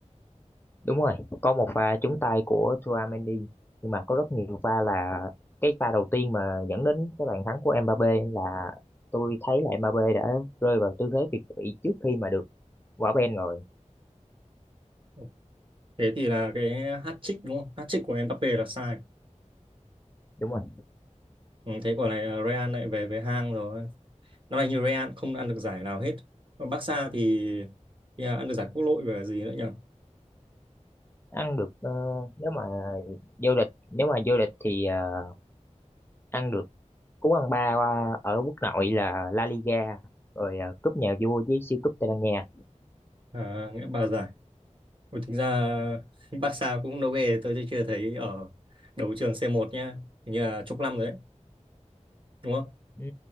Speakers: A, on the left; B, on the right.
A: đúng rồi có một pha trúng tay của Mendy nhưng mà có rất nhiều pha là cái pha đầu tiên mà dẫn đến cái bàn thắng của Mbappé là tôi thấy là Mbappé đã rơi vào tư thế việt vị trước khi mà được quả bên rồi
B: Ồ, Thế thì là cái hat-trick đúng không? Hat-trick của Mbappe là sai.
A: đúng rồi
B: Ừ, thế quả này là Real lại về với hang rồi. Năm nay như Real không ăn được giải nào hết. Còn Barca thì, thì là ăn được giải quốc nội và gì nữa nhỉ?
A: ăn được ờ, nếu mà vô địch nếu mà vô địch thì ờ, ăn được cú ăn ba ở quốc nội là La Liga rồi ờ, cúp nhà vua với siêu cúp Tây Ban Nha
B: À, nghĩa ba giải. Ôi, Thực ra <laughs> Barca cũng đâu ghê, tôi chưa thấy ở đấu trường C1 nhá. Hình như là chục năm rồi đấy. đúng không?
A: Ừ,